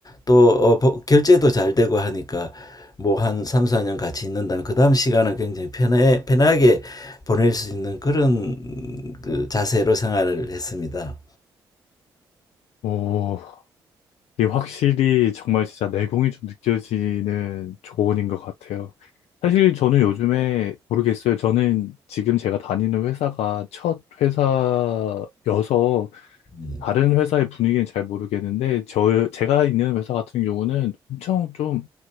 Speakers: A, on the left; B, on the left.
A: 또 어, 결제도 잘 되고 하니까 뭐 한 3, 4년 같이 있는다면 그 다음 시간은 굉장히 편해, 편하게 보낼 수 있는 그런 그 자세로 생활을 했습니다.
B: 오, 이게 확실히 정말 진짜 내공이 좀 느껴지는 조언인 것 같아요. 사실 저는 요즘에 모르겠어요. 저는 지금 제가 다니는 회사가 첫 회사여서
A: 네.
B: 다른 회사의 분위기는 잘 모르겠는데 저 제가 있는 회사 같은 경우는 엄청 좀